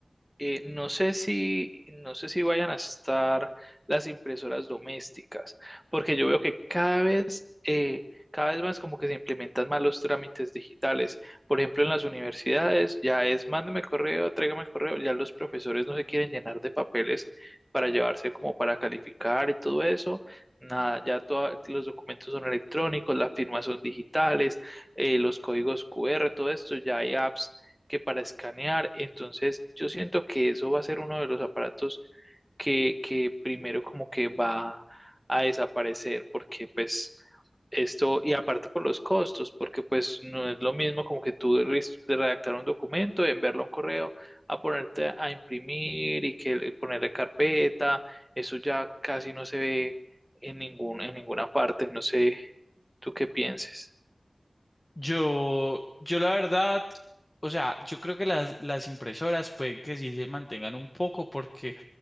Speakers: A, in the centre; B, on the left.
A: eh, no sé si, no sé si vayan a estar las impresoras domésticas, porque yo veo que cada vez, eh, cada vez más como que se implementan más los trámites digitales. Por ejemplo, en las universidades ya es mándame correo, tráigame correo, ya los profesores no se quieren llenar de papeles para llevarse como para calificar y todo eso. Nada, ya toda- los documentos son electrónicos, las firmas son digitales, eh, los códigos QR, todo esto, ya hay apps que para escanear. Entonces, yo siento que eso va a ser uno de los aparatos que, que primero como que va a desaparecer, porque pues esto, y aparte por los costos, porque pues no es lo mismo como que tú res- de redactar un documento, enviarlo a un correo, a ponerte a imprimir y que le- ponerle carpeta, eso ya casi no se ve en ningún, en ninguna parte, no sé, tú qué pienses.
B: Yo, yo la verdad, o sea, yo creo que las, las impresoras puede que sí se mantengan un poco porque